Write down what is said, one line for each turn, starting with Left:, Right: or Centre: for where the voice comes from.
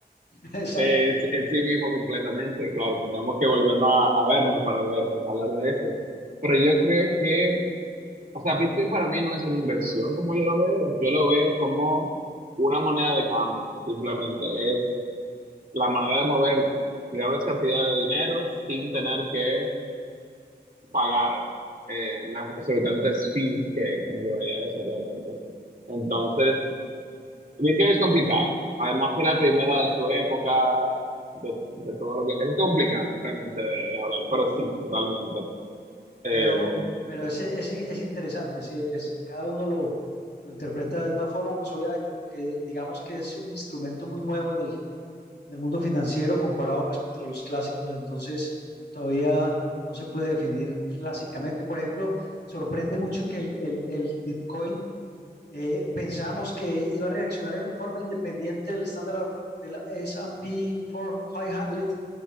Left: <laughs> Exacto.
Right: es en sí mismo completamente, claro, tendríamos que volvernos a, a vernos para ver, hablar de eso. Pero yo creo que O sea, Bitcoin para mí no es una inversión como yo lo veo, yo lo veo como una moneda de cambio, simplemente es la manera de mover grandes cantidades de dinero sin tener que pagar eh, las exorbitantes fees que conllevaría eso realmente. Entonces, Bitcoin es complicado. Además fue la primera de su época, de, de todo lo que... Es complicado realmente de, de hablar, pero sí, totalmente. Em,
Left: Pero, pero es, es, es interesante, sí, es, cada uno lo, lo interpreta de una forma, pues obviamente porque digamos que es un instrumento muy nuevo en el, en el mundo financiero comparado pues contra los clásicos, entonces todavía no se puede definir clásicamente. Por ejemplo, sorprende mucho que el, el, el Bitcoin Eh, pensábamos que iba a reaccionar en forma independiente del estándar del S&P 500